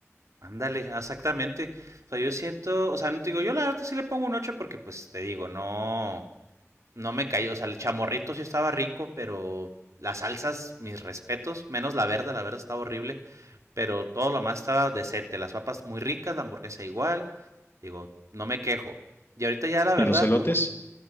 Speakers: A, on the right (about 80°); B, on the left (about 45°).
A: Ándale, exactamente. O sea, yo siento, o sea, no te digo, yo la verdad sí le pongo un 8 porque pues te digo, no, no me cayó, o sea, el chamorrito sí estaba rico, pero las salsas, mis respetos, menos la verde, la verde estaba horrible, pero todo lo más estaba decente, las papas muy ricas, la hamburguesa igual, digo, no me quejo. Y ahorita ya la verdad,
B: Y los elotes,
A: como,